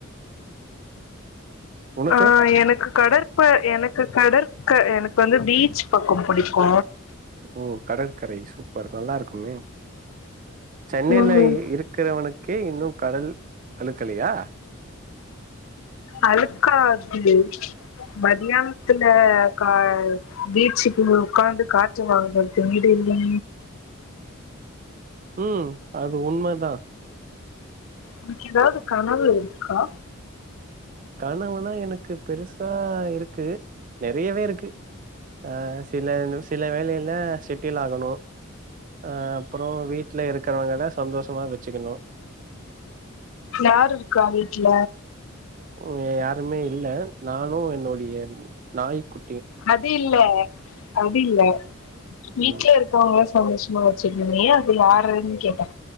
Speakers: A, on the right (about 40°); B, on the left (about 75°).
A: உனக்கு
B: ஆ எனக்கு கடற் இப்ப எனக்கு கடற்க எனக்கு வந்து பீச் பக்கோ புடிக்கு
A: ஓ கடற்கரை சூப்பர் நல்லாருக்குமே சென்னைலை
B: ம்
A: இரு க்றவனுக்கே இன்னு கடல் அலுக்கலயா
B: அலுக்காது மதியானத்துல கா பீச்சுக்கு உக்காந்து காத் சுமா படுத் தூங்கிட்ருந்தே
A: ம் அது உண்மதா
B: உனக்கு ஏதாவது கனவு இருக்கா
A: கனவுனா எனக்கு பெருசா இருக்கு நெறையவே இருக்கு ஆ சில சில வேலைல்ல செட்டில் ஆகணு அ அப்றோ வீட்ல இருக்கிறவங்கல சந்தோஷமா வச்சுக்கணு
B: யாரு இருக்கா வீட்ல
A: இங்க யாருமே இல்ல நானு என்னுடைய நாய்க்கு
B: அது இல்ல அது இல்ல வீட்ல
A: ம்
B: இரு க்வுங்ள சந்தோஷ்மா வச்சுக்ணுயே அது யாருன் கேட்டே